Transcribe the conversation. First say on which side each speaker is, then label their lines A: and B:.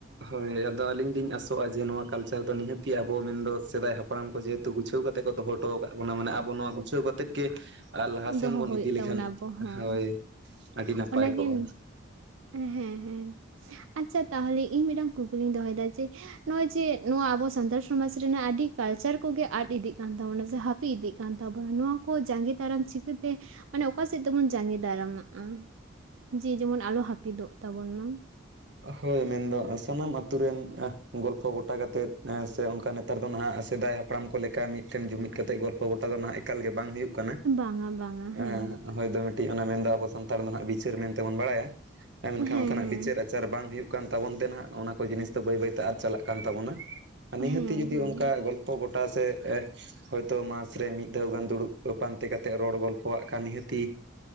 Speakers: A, on the right; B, on the right.
A: ᱦᱳᱭ ᱟᱫᱚ ᱟᱹᱞᱤᱧ ᱞᱤᱧ ᱟᱥᱚᱜᱼᱟ ᱡᱮ ᱱᱚᱣᱟ ᱠᱟᱞᱪᱟᱨ ᱫᱚ ᱱᱤᱦᱟᱹᱛ ᱜᱮ ᱟᱵᱚ ᱢᱮᱱᱫᱚ ᱫᱚ ᱥᱮᱫᱟᱭ ᱦᱟᱯᱲᱟᱢ ᱠᱚ ᱡᱮᱦᱮᱛᱩ ᱜᱩᱪᱷᱟᱹᱣ ᱠᱟᱛᱮ ᱠᱚ ᱫᱚᱦᱚ ᱦᱚ... ᱦᱚᱴᱚ ᱠᱟᱫ ᱵᱚᱱᱟ ᱢᱟᱱᱮ ᱟᱵᱚ ᱱᱚᱣᱟ ᱜᱩᱪᱷᱟᱹᱣ ᱠᱟᱛᱮᱜ ᱜᱮ ᱟᱨ ᱞᱟᱦᱟ
B: ᱫᱚᱦᱚ
A: ᱥᱮᱱ ᱵᱚᱱ
B: ᱦᱩᱭᱩᱜ
A: ᱤᱫᱤ
B: ᱛᱟᱵᱚᱱᱟ
A: ᱞᱮᱠᱷᱟᱱ
B: ᱟᱵᱚ ᱦᱚᱸ
A: ᱦᱳᱭ, ᱟᱹᱰᱤ ᱱᱟᱯᱟᱭ
B: ᱚᱱᱟᱜᱮ
A: ᱠᱚᱜᱼᱟ᱾
B: ᱦᱮᱸ ᱦᱮᱸ ᱟᱪᱪᱷᱟ ᱛᱟᱦᱚᱞᱮ ᱤᱧ ᱢᱤᱫᱴᱟᱝ ᱠᱩᱠᱞᱤᱧ ᱫᱚᱦᱚᱭᱮᱫᱟ ᱡᱮ? ᱱᱚᱜᱼᱚᱭ ᱡᱮ ᱱᱚᱣᱟ ᱟᱵᱚ ᱥᱟᱱᱛᱟᱲ ᱥᱚᱢᱟᱡᱽ ᱨᱮᱱᱟᱜ ᱟᱹᱰᱤ ᱠᱟᱞᱪᱟᱨ ᱠᱚᱜᱮ ᱟᱫ ᱤᱫᱤᱜ ᱠᱟᱱ ᱛᱟᱵᱚᱱᱟ ᱡᱟᱦᱟ ᱯᱤ ᱤᱫᱤᱜ ᱠᱟᱱ ᱛᱟᱵᱚᱱᱟ ᱱᱚᱣᱟ ᱠᱚ ᱡᱟᱸᱜᱮ ᱫᱟᱨᱟᱢ ᱪᱤᱠᱟᱹᱛᱮ? ᱢᱟᱱᱮ ᱚᱠᱟ ᱥᱮᱫ ᱛᱮᱵᱚᱱ ᱡᱟᱸᱜᱮ ᱫᱟᱨᱟᱢᱟᱜᱼᱟ ᱡᱮ ᱡᱮᱢᱚᱱ ᱟᱞᱚ ᱦᱟᱹᱯᱤᱫᱚᱜ ᱛᱟᱵᱚᱱ ᱢᱟ᱾
A: ᱦᱳᱭ ᱢᱮᱱᱫᱚ ᱥᱟᱱᱟᱢ ᱟᱛᱳ ᱨᱮᱱ ᱜᱚᱞᱯᱷᱚ ᱜᱚᱴᱟ ᱠᱟᱛᱮᱫ ᱥᱮ ᱚᱱᱠᱟ ᱱᱮᱛᱟᱨ ᱫᱚ ᱱᱟᱦᱟᱜ ᱥᱮᱫᱟᱭ ᱦᱟᱯ ᱦᱟᱯᱲᱟᱢ ᱠᱚ ᱞᱮᱠᱟ ᱢᱤᱫᱴᱮᱱ ᱡᱩᱢᱤᱫ ᱠᱟᱛᱮ ᱜᱚᱞᱯᱚ ᱜᱚᱴᱟ ᱫᱚ ᱱᱟᱦᱟᱜ ᱮᱠᱟᱞ ᱜᱮ ᱵᱟᱝ ᱦᱩᱭᱩᱜ ᱠᱟᱱᱟ
B: ᱵᱟᱝᱟ ᱵᱟᱝᱟ ᱦᱮᱸ
A: ᱮᱸ ᱦᱳᱭ ᱫᱚ ᱢᱤᱫᱴᱤᱡ ᱚᱱᱟ ᱢᱮᱱᱫᱚ ᱟᱵᱚ ᱥᱟᱱᱛᱟᱲ ᱫᱚ ᱦᱟᱸᱜ ᱵᱤᱪᱟᱹᱨ ᱢᱮᱱᱛᱮᱵᱚᱱ ᱵᱟᱲᱟᱭᱟ ᱟᱨ ᱢᱮᱱᱠᱷᱟᱱ
B: ᱦᱮᱸ
A: ᱚᱱᱠᱟᱱᱟᱜ
B: ᱦᱮᱸ
A: ᱵᱤᱪᱟᱹᱨ ᱟᱪᱟ ᱵᱤᱪᱟᱹᱨ ᱵᱟᱝ ᱦᱩᱭᱩᱜ ᱠᱟᱱ ᱛᱟᱵᱚᱱ ᱛᱮ ᱱᱟᱜ ᱚᱱᱟ ᱠᱚ ᱡᱤᱱᱤᱥ ᱫᱚ ᱵᱟᱹᱭ ᱵᱟᱹᱭᱛᱮ ᱟᱫᱽ ᱪᱟᱞᱟᱜ ᱠᱟᱱ ᱛᱟᱵᱚᱱᱟ᱾ ᱟᱨ ᱱᱤᱦᱟᱹᱛᱤ
B: ᱦᱮᱸ
A: ᱡᱩᱫᱤ
B: ᱦᱮᱸ
A: ᱚᱱᱠᱟ ᱜᱚᱞᱯᱷᱚ ᱜᱚᱴᱟ ᱥᱮ? ᱦᱚᱳᱭᱛᱳ ᱢᱟᱥ ᱨᱮ ᱢᱤᱫ ᱫᱷᱟᱣ ᱜᱟᱱ ᱫᱩᱲᱩᱵ ᱯᱟᱱᱛᱮ ᱠᱟᱛᱮᱫ ᱨᱚᱲ ᱜᱚᱞᱯᱚᱣᱟᱜ ᱠᱟᱱ ᱱᱤᱦᱟᱹᱛᱤ,